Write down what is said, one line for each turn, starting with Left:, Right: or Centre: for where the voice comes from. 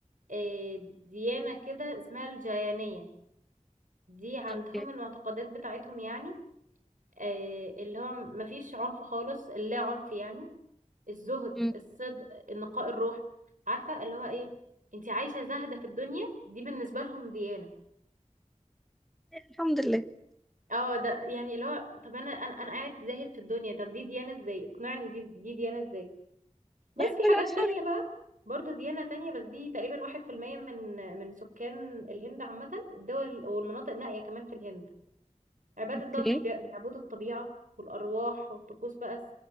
Right: آه، ديانة كده اسمها الجاينية دي عندهم
Centre: اوكي
Right: المعتقدات بتاعتهم يعني آه، اللي هو مفيش عنف خالص اللا عنف يعني الزهد
Centre: مم.
Right: الصدق نقاء الروح عارفة اللي هو ايه انت عايشة زاهدة في الدنيا دي بالنسبة لهم ديانة
Centre: الحمد لله
Right: اه ده يعني اللي هو طب انا انا انا قاعد زاهد في الدنيا طب دي ديانة ازاي اقنعني دي دي ديانة ازاي بس
Centre: يعني
Right: في
Centre: كل واحد
Right: حاجات تانية
Centre: حر
Right: بقى برضه ديانة تانية بس دي تقريبا واحد في المية من من سكان الهند عامة الدول والمناطق النائية كمان في الهند عبادة
Centre: اوكي
Right: بقى بيبي- بيعبدوا الطبيعة والأرواح والطقوس بقى